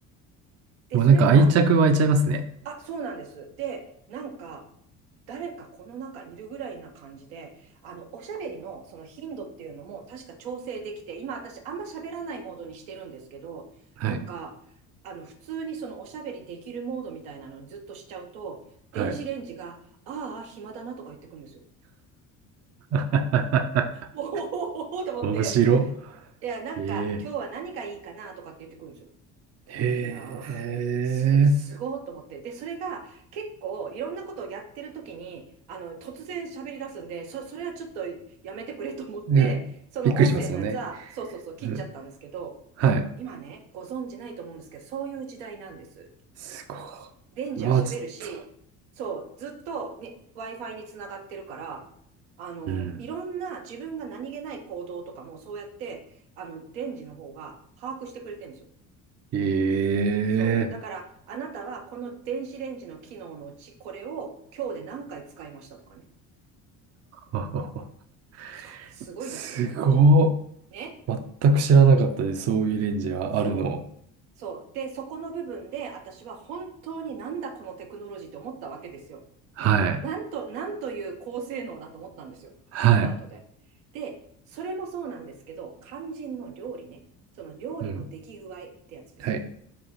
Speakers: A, on the right (about 85°); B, on the right (about 35°).
A: で、
B: もうなんか愛着湧いちゃいますね。
A: それは、あ、そうなんです。で、なんか、誰かこの中いるぐらいな感じで、あの、おしゃべりのその頻度っていうのも確か調整できて、今私あんま喋らないモードにしてるんですけど、
B: はい。
A: なんか、あの、普通にそのおしゃべりできるモードみたいなのにずっとしちゃうと、
B: はい。
A: 電子レンジが、ああ、暇だなとか言ってくるんですよ。
B: <laughs>
A: おおおおおと思って、
B: 面
A: いや、なんか、
B: 白。
A: 今日は何がいいかなとかって言ってくるんですよ。
B: ええへえ。
A: いやー、す、すごーと思って。で、それが結構いろんなことをやってる時に、あの、突然喋り出すんで、そ、それはちょっとやめてくれと思って、
B: ね、
A: その音声のやつは、
B: びっくりしますもんね。
A: そうそうそう、切っちゃったんですけど、
B: うん。はい。
A: 今ね、ご存知ないと思うんですけど、そういう時代なんです。
B: すごい。
A: レンジは喋るし、
B: うわ、ちょっと。
A: そう、ずっと、ね、Wi-Fi につながってるから、あの、
B: うん。
A: いろんな自分が何気ない行動とかもそうやって、あの、レンジの方が把握してくれてるんですよ。
B: ええ
A: そう。だから、あなたはこの電子レンジの機能のうち、これを今日で何回使いましたとかね。
B: ー。
A: そう。
B: <laughs>
A: すごいですよ。
B: すごい。
A: ね。
B: 全く知らなかったです。そういうレンジがあるの。
A: そう。そう。で、そこの部分で、私は本当になんだこのテクノロジーって思ったわけですよ。
B: はい。
A: な、なんと、なんという高性能なと思ったんですよ。
B: はい。
A: 買った後で。で、それもそうなんですけど、肝心の料理ね。その料理の出来具合ってやつですよ。
B: うん。はい。